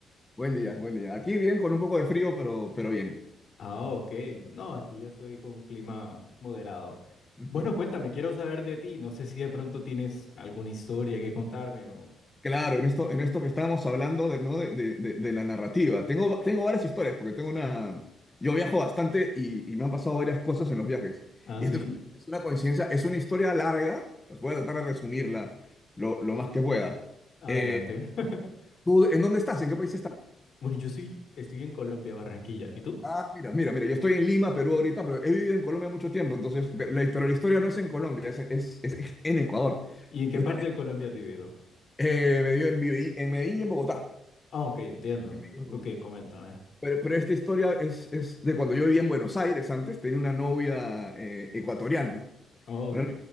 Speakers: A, on the left; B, on the left.
A: Buen día, buen día. Aquí bien, con un poco de frío, pero, pero bien.
B: Ah, ok. No, aquí yo soy con un clima moderado.
A: <laughs>
B: Bueno, cuéntame, quiero saber de ti. No sé si de pronto tienes alguna historia que contarme o...
A: Claro, en esto, en esto que estábamos hablando de, ¿no? de, de- de- de la narrativa. Tengo, tengo varias historias, porque tengo una... Yo viajo bastante y, y me han pasado varias cosas en los viajes.
B: ¿Ah,
A: Y
B: sí?
A: esto es, es una coincidencia, es una historia larga, os voy a tratar de resumirla lo, lo más que pueda.
B: Adelante.
A: Eh,
B: <laughs>
A: ¿tú en dónde estás? ¿En qué país estás?
B: Bueno, yo sí, estoy en Colombia, Barranquilla. ¿Y tú?
A: Ah, mira, mira, mira, yo estoy en Lima, Perú ahorita, pero he vivido en Colombia mucho tiempo, entonces, pe- la- pero la historia no es en Colombia, es, es, es- es en Ecuador.
B: ¿Y en qué
A: Yo
B: parte
A: te-
B: de Colombia has vivido?
A: eh, me dio en, Vive- en Medellín y en Bogotá.
B: Ah, ok, entiendo.
A: En Medellín
B: Ok,
A: y en Bogotá.
B: coméntame.
A: Pero, pero esta historia es, es de cuando yo vivía en Buenos Aires antes, tenía una novia eh, ecuatoriana,
B: Ok,
A: una